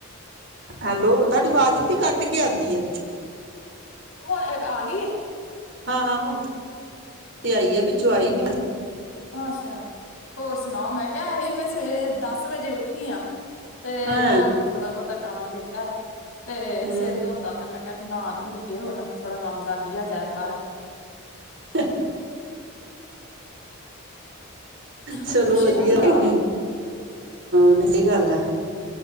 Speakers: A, on the right (about 55°); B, on the left (about 80°).
A: ਹੈਲੋ ਤੁਹਾਡੀ ਆਵਾਜ਼ ਵੀ ਕੱਟ ਕੇ ਆਉਂਦੀ ਆੋਂ
B: ਹੁਣ ਆ ਗਈ
A: ਹਾਂ -ਹਾਂ ਹੁਣ ਆਈ ਆ ਵਿੱਚੋਂ ਆਈ ਨੀ ਉਹ
B: ਅਹਛਾ ਹੋਰ ਸੁਣਾਓ ਮੈਂ ਕਿਹਾ ਸੀ ਮੈਂ ਸਵੇਰੇ ਦਸ ਵਜੇ ਉੱਠੀ ਆ ਤੇ
A: ਹਾਂ
B: ਘਰ ਦਾ ਥੋੜਾ ਬਹੁਤਾ ਕੰਮ ਕੀਤਾ ਤੇ
A: ਹਾਂ
B: ਸੇ ਧੋਤਾ ਤੇ ਮੈਂ ਕਹਿ ਨਾ ਭੁੱਲਏ ਹੁਣ ਥੋੜਾ ਕੰਮ ਕਰ ਲਿਆ ਜਾ ਐਤਵਾਰ
A: <inaudible> ਚਲੋ
B: ਅੱਗੇ ਪਿੱਛੇ
A: ਵਧੀਆ
B: ਨੀ ਹੁੰਦਾ
A: ਹਹ ਨ ਸਹੀ ਗੱਲ ਆ